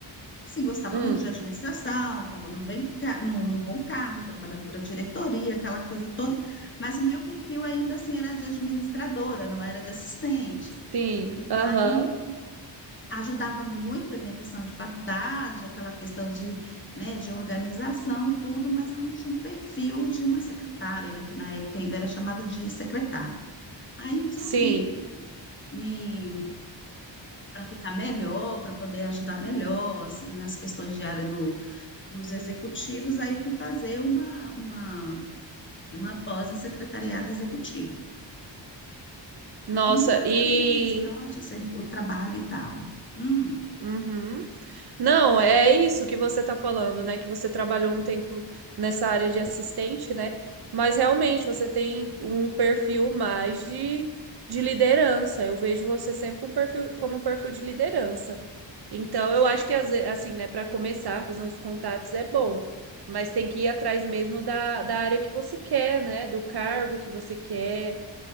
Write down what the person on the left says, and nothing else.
Sim, gostava
muito de administração, estava num bem, ca- num, num bom cargo, trabalhando para diretoria, aquela coisa toda, mas o meu perfil ainda assim era de administradora, não era de assistente.
Aí ajudava muito a minha questão de faculdade, aquela questão de, né, de organização e tudo, mas eu não tinha um perfil de uma secretária, né, que na época ainda era chamada de secretária. Aí resolvi
me para ficar melhor, para poder ajudar melhor, assim, nas questões de área do, dos executivos, aí eu fui fazer uma, uma, uma pós em secretariado executivo. Aí
melhorou
também bastante o, ser- o trabalho e tal. Hum,